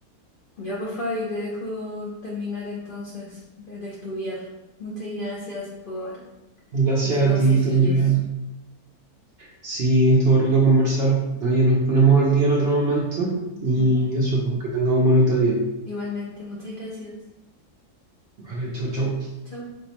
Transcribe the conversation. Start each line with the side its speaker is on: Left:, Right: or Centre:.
Left: Ya, pues Fabi, te dejo terminar entonces de, de estudiar. Muchas gracias por
Right: Gracias
Left: los consejillos.
Right: a ti también. Sí, estuvo rico conversar. Oye, nos ponemos al día en otro momento y
Left: Ujú.
Right: eso, pues que tenga un bonito día.
Left: Igualmente, muchas gracias.
Right: Vale, chau, chau.
Left: Chau.